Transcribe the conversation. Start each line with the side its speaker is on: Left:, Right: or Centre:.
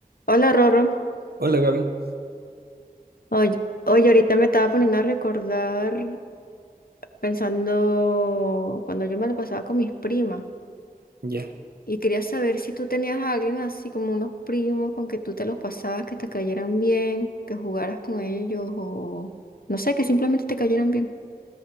Left: Hola Rorro,
Right: Hola Gaby,
Left: oye, oye, ahorita me estaba poniendo a recordar pensando cuando yo me lo pasaba con mis primas
Right: ya.
Left: y quería saber si tú tenías a alguien así como unos primos con que tú te los pasabas, que te cayeran bien, que jugaras con ellos o no sé, que simplemente te cayeran bien.